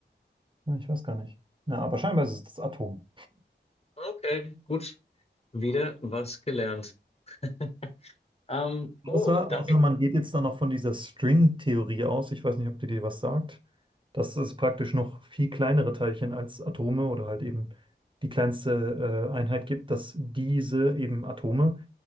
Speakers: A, on the right; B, on the left.
A: ne, ich weiß gar nicht. Na, aber scheinbar ist es das Atom.
B: Okay, gut. Wieder was gelernt. <laughs> Ähm, oh,
A: Außer,
B: danke.
A: außer man geht jetzt dann noch von dieser String-Theorie aus. Ich weiß nicht, ob die dir was sagt. Das ist praktisch noch viel kleinere Teilchen als Atome oder halt eben die kleinste äh, Einheit gibt, dass diese eben Atome